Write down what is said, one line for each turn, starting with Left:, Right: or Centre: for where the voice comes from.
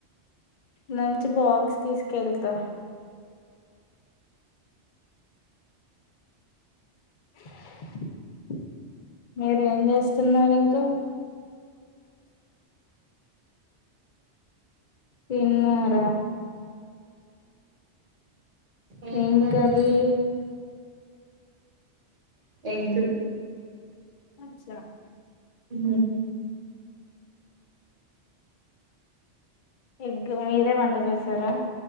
Left: లంచ్ బాక్స్ తీసుకెళతా <inaudible> మీరు ఏం జేస్తున్నారు ఇంకా తిన్నర
Right: ఏంటది
Left: ఏం కర్రీ
Right: ఎగ్
Left: అచ్చా
Right: ఉ
Left: ఎగ్ మీరే వంట చేసారా